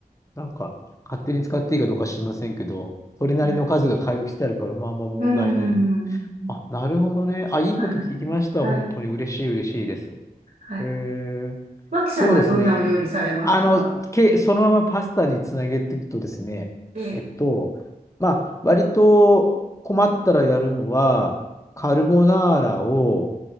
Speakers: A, on the left; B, on the right.
A: なんか、勝手に使っていいかどうか知りませんけど、それなりの数が買い置きしてあるから、
B: はい。
A: まあまあ問題ない。
B: うんうんうんうん。
A: あ、なるほどね。あ、いいこと聞きました。
B: はい。はい。
A: 本当に嬉しい、嬉しいです。
B: はい。
A: えー、
B: マキさんはどんなお料理されますか
A: そうですね。あの、け、そのままパスタにつなげていくとですね、
B: ええ。
A: えっと、まあ、割と困ったらやるのは、カルボナーラを